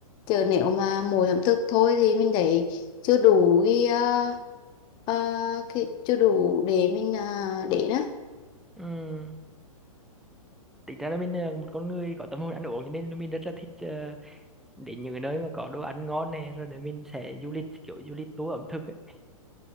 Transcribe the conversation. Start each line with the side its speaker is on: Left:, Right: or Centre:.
Left: chứ nếu mà mỗi ẩm thực thôi thì mình thấy chưa đủ cái, à, à, cái chưa đủ để mình à, để đó
Centre: Ừm, tính ra là mình à, một con người có tâm hồn ăn uống cho nên mình rất là thích à, đến những cái nơi mà có đồ ăn ngon này rồi để mình sẽ du lịch kiểu du lịch tour ẩm thực ấy